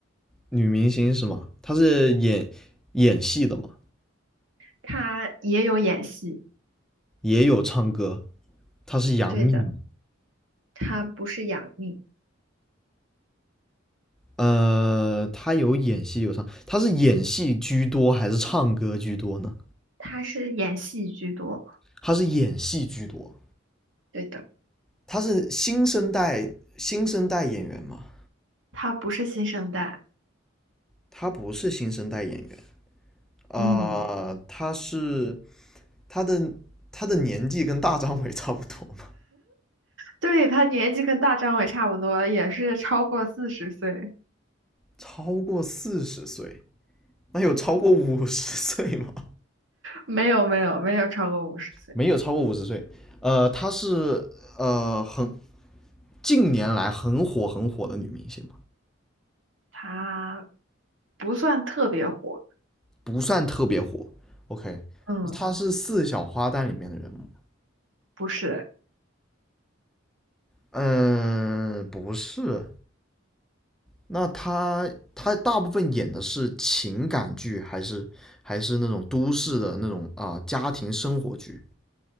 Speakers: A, in the centre; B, on the right.
A: 女明星是吗？她是演演戏的嘛，
B: 他也有演戏，
A: 也有唱歌，她是杨幂嘛？
B: 对的，他不是杨幂，
A: 呃，他有演戏有唱，他是演戏居多还是唱歌居多呢？
B: 他是演戏居多，
A: 他是演戏居多，
B: 对的，
A: 他是新生代新生代演员嘛？
B: 他不是新生代，
A: 他不是新生代演员，呃，
B: 嗯，
A: 他是他的他的年纪跟大张伟 <laughs> 差不多嘛，
B: 对，他年纪跟大张伟差不多，也是超过四十岁，
A: 超过四十岁，那有超过五十岁吗？
B: 没有没有没有超过五十岁，
A: 没有超过五十岁，呃，他是呃很近年来很火很火的女明星。
B: 他不算特别火，
A: 不算特别火。OK，
B: 嗯，
A: 他是四小花旦里面的人物。
B: 不是，
A: 嗯，不是。那他他大部分演的是情感剧，还是还是那种都市的那种啊、呃家庭生活剧？